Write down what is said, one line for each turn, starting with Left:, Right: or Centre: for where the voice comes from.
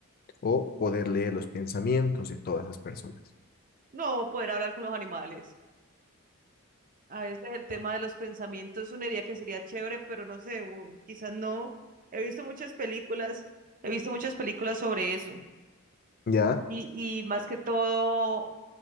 Left: o poder leer los pensamientos de todas las personas?
Right: No, poder hablar con los animales. A veces el tema de los pensamientos es una idea que sería chévere, pero no sé, u- quizás no. He visto muchas películas, he visto muchas películas sobre eso.
Left: Ya,
Right: Y, y más que todo.